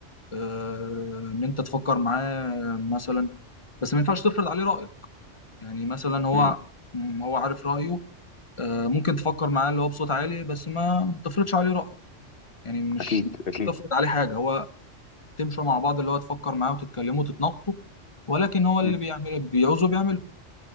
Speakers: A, on the left (about 30°); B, on the left (about 50°).
A: آه، ان انت تفكر معاه مثلا بس ما ينفعش تفرض عليه رايك يعني مثلا هو
B: مم.
A: م- هو عارف رايه آه، ممكن تفكر معاه اللي هو بصوت عالي بس ما تفرضش عليه رايك يعني مش
B: اكيد اكيد
A: مش تفرض عليه حاجه هو تمشوا مع بعض اللي هو تفكر معاه وتتكلموا وتتناقشوا ولكن هو اللي
B: مم،
A: بيعمل بيعوزه بيعمله